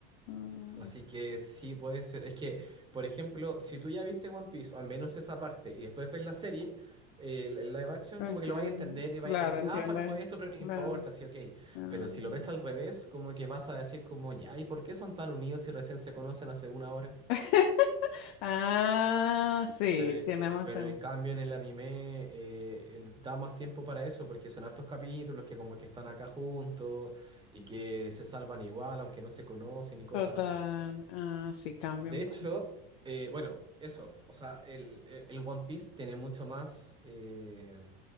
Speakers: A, on the left; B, on the right.
A: Mm,
B: Así que sí puede ser. Es que, por ejemplo, si tú ya viste One Piece, o al menos esa parte, y después ves la serie, el, el live action,
A: entiendo.
B: como que lo vayas a entender y vayas
A: Claro,
B: a decir,
A: entiendes.
B: ah, faltó esto, pero no importa,
A: Claro.
B: sí, ok.
A: Mm.
B: Pero si lo ves al revés, como que vas a decir como, ya, ¿y por qué son tan unidos si recién se conocen hace una hora?
A: <laughs> Ah, sí,
B: Pero, eh,
A: tiene más
B: pero
A: sentido.
B: en cambio en el anime eh, el- da más tiempo para eso, porque son hartos capítulos que como que están acá juntos y que se salvan igual, aunque no se conocen y cosas
A: Total.
B: así.
A: Ah, sí, cambia
B: De
A: un
B: hecho,
A: poco.
B: eh, bueno, eso, o sea, el, el- el One Piece tiene mucho más eh,